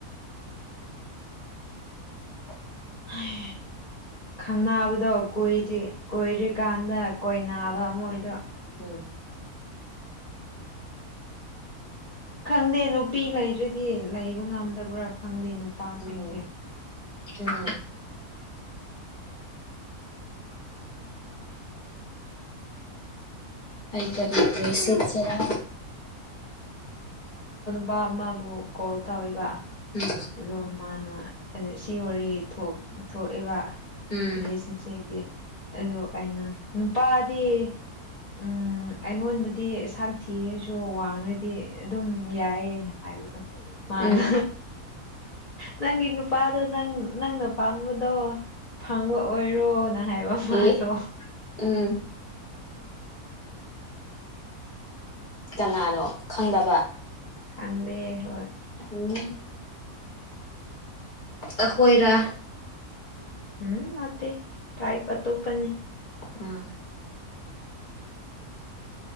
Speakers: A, on the left; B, on the left.
A: <inaudible>
B: ꯍꯥꯏ ꯈꯪꯅꯕꯗꯣ ꯀ꯭ꯔꯤ ꯀꯣꯏꯗ꯭ꯔꯤꯀꯥꯟꯗ ꯀꯣꯏꯕ ꯃꯣꯏꯗꯣ
A: ꯎꯝ
B: ꯈꯪꯗꯦ ꯅꯨꯄꯤ ꯂꯩꯗ꯭ꯔꯗꯤ ꯂꯩꯕ ꯉꯝꯗꯕ꯭ꯔꯥ ꯈꯪꯗꯦ ꯅꯨꯄꯥꯁꯤꯡꯁꯦ
A: ꯎꯝ ꯎꯝ ꯑꯩꯔꯠꯇ꯭ꯔꯦꯁꯤꯆꯔ
B: ꯄꯥ ꯑꯃꯕꯨ ꯀꯣꯜ ꯇꯧꯋꯕ
A: ꯎꯝ
B: ꯑꯗꯣ ꯃꯥꯅ ꯑꯦ ꯁꯤ ꯋꯥꯔꯤ ꯊꯣꯛ ꯊꯣꯛꯑꯦꯕ
A: ꯎꯝ
B: ꯔꯤꯂꯦꯁꯟꯁꯤꯒꯤ꯫ ꯑꯗꯣ ꯑꯩꯅ ꯅꯨꯄꯥꯗꯤ ꯎꯝ ꯑꯩꯉꯣꯟꯗꯗꯤ ꯁꯥꯟ ꯊꯤꯔ ꯗꯣ ꯋꯥꯡꯉꯗꯤ ꯑꯗꯨꯝ ꯌꯥꯏꯌꯦꯅ ꯍꯥꯏꯕꯗꯣ ꯃꯥꯅ
A: ꯎꯝ
B: ꯅꯪꯒꯤ ꯅꯨꯄꯥꯗꯣ ꯅꯪ ꯅꯪꯅ ꯄꯥꯝꯕꯗꯣ ꯐꯪꯕ ꯑꯣꯏꯔꯣ꯫ ꯅ ꯍꯥꯏꯕ ꯃꯥꯗꯣ꯫
A: ꯑꯦ ꯎꯝ ꯀꯅꯥꯅꯣ ꯈꯪꯗꯕ
B: ꯈꯪꯗꯦ ꯍꯣꯏ꯫
A: ꯎꯝ ꯑꯈꯣꯏꯔ
B: ꯎꯝ ꯅꯠꯇ ꯇ꯭ꯔꯥꯏꯞ ꯑꯇꯣꯞꯄꯅꯤ꯫
A: ꯎꯝ꯫